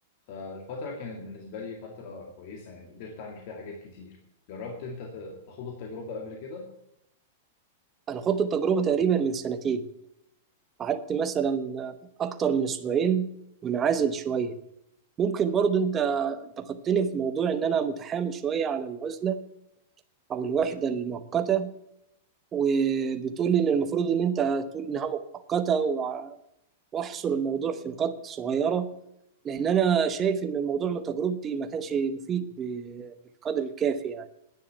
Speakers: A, on the left; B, on the right.
A: فالفتره كانت بالنسبه لي فتره كويسه يعني قدرت اعمل فيها حاجات كتير جربت انت ت- تخوض التجربه قبل كده
B: انا خدت التجربه تقريبا من سنتين قعدت مثلا اكتر من اسبوعين منعزل شويه ممكن برضه انت انتقدتني في موضوع ان انا متحامل شويه على العزله او الوحده المؤقته وبتقول لي ان المفروض ان انت تقول انها مؤقته وع- واحصر الموضوع في نقاط صغيره لان انا شايف ان الموضوع من تجربتي ما كانش مفيد ب- بالقدر الكافي يعني